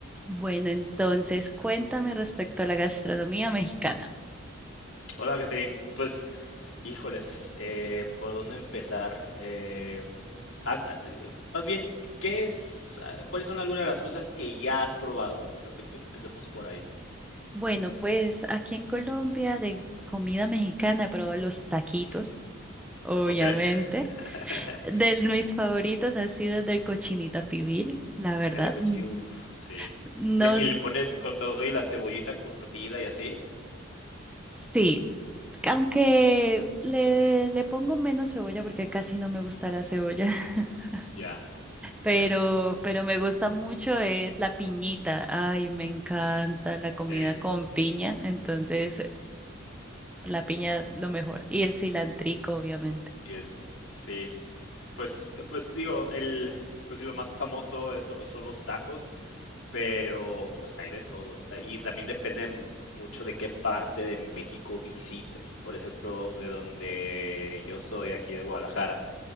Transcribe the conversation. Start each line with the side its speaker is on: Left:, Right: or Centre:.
Centre: Bueno, entonces cuéntame respecto a la gastronomía mexicana.
Left: Hola, Catherine. Pues, híjoles, eh, ¿por dónde empezar? Eh, has, ah, eh, más bien, ¿qué es, ah, cuáles son algunas de las cosas que ya has probado? Creo que empecemos por ahí.
Centre: Bueno, pues aquí en Colombia de comida mexicana he probado los taquitos,
Left: Ujú.
Centre: obviamente.
Left: Okey. <laughs>
Centre: De mis favoritos ha sido el de cochinita pibil, la verdad.
Left: El de cuchillo,
Centre: mm,
Left: uf, sí.
Centre: No,
Left: Le ¿y
Centre: s-
Left: le pones con todo y la cebollita curtida y así?
Centre: sí, aunque le, le pongo menos cebolla porque casi no me gusta la cebolla, <laughs>
Left: Ya,
Centre: pero,
Left: ya.
Centre: pero me gusta mucho es la piñita. Ay, me encanta la comida
Left: Sí,
Centre: con piña, entonces La piña lo mejor. Y el cilantrico, obviamente.
Left: y el sil- sí. Pues eh, pues, digo, el pues, sí, lo más famoso es son los tacos. Pero, pues, hay de todo, o sea, y también depende mu mucho de qué parte de México visites. Por ejemplo, de donde yo soy, aquí de Guadalajara,